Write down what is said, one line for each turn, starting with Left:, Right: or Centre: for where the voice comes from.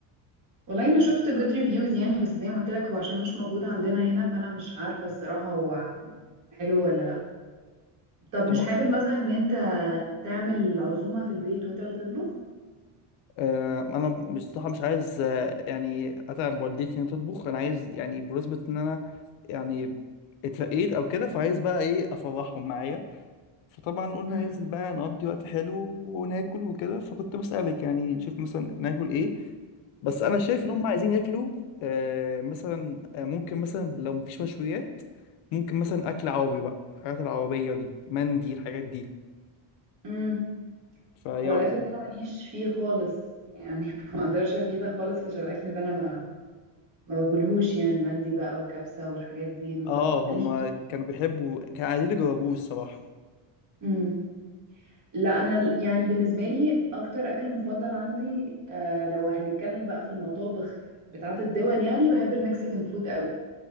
Right: والله انا شفت جود ريفيوز يعني بس زي ما قلت لك هو عشان مش موجود عندنا هنا فانا مش عارفه الصراحه هو حلو ولا لا طب
Left: طب
Right: مش حابب مثلا ان انت تعمل عزومه في البيت وانت اللي تطبخ
Left: آه، انا مش صح مش عايز آه، يعني اتعب والدتي ان تطبخ انا عايز يعني بمناسبة ان انا يعني اترقيت او كده فعايز بقى ايه افرحهم معايا فطبعا قلنا
Right: امم
Left: ننزل بقى نقضي وقت حلو وناكل وكده فكنت بسألك يعني نشوف مثلا ناكل ايه بس انا شايف
Right: امم
Left: ان هم عايزين ياكلوا آه مثلا آه ممكن مثلا لو مفيش مشويات ممكن مثلا اكل عربي بقى الحاجات العربية دي مندي الحاجات دي
Right: امم
Left: فايه
Right: هو
Left: رايك
Right: الاكل ده انا ماليش فيه خالص يعني <laughs> ما اقدرش افيدك خالص عشان الاكل ده انا ما ما باكلهوش يعني مندي بقى وكبسة والحاجات دي ما
Left: اه هم
Right: ماليش
Left: كانوا بيحبوا كانوا عايزين يجربوه الصراحة
Right: امم لا انا ال- يعني بالنسبة لي اكتر اكل مفضل عندي آه لو هنتكلم بقى في المطابخ بتاعة الدول يعني بحب المكسيكان فود قوي